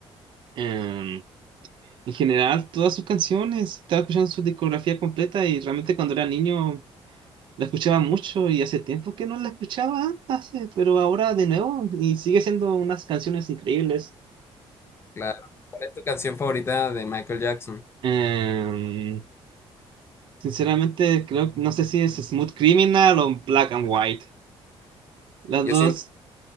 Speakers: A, on the right; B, on the left.
A: em, en general todas sus canciones, estaba escuchando su discografía completa y realmente cuando era niño la escuchaba mucho y hace tiempo que no la escuchaba, hace, pero ahora de nuevo y sigue siendo unas canciones increíbles.
B: claro. ¿Cuál es tu canción favorita de Michael Jackson?
A: Em, sinceramente, creo, no sé si es Smooth Criminal o Black and White. Las
B: Yo
A: dos,
B: siento,